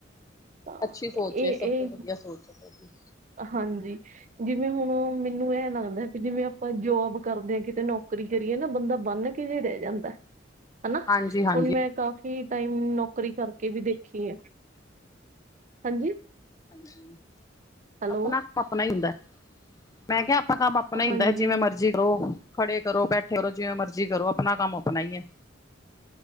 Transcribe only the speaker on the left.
ਅੱਛੀ ਸੋਚ
ਐ
ਸਭ ਤੋਂ ਵਧੀਆ ਸੋਚ ਐ ਤੁਹਾਡੀ।
ਹਾਂਜੀ-ਹਾਂਜੀ
ਹਾਂਜ਼ੀ,
ਆਪਣਾ ਆਪਣਾ ਹੀ ਹੁੰਦਾ, ਮੈਂ ਕਿਹਾ ਆਪਣਾ ਕੰਮ ਆਪਣਾ ਈ
ਹੁਨਦੈ ਹਦਾ ਜਿਵੇਂ ਮਰਜ਼ੀ ਕਰੋ ਖੜੇ ਕਰੋ, ਬੈਠੇ ਰਹੋ ਜਿਵੇਂ ਮਰਜ਼ੀ ਕਰੋ ਆਪਣਾ ਕੰਮ ਆਪਣਾ ਈ ਹੈ।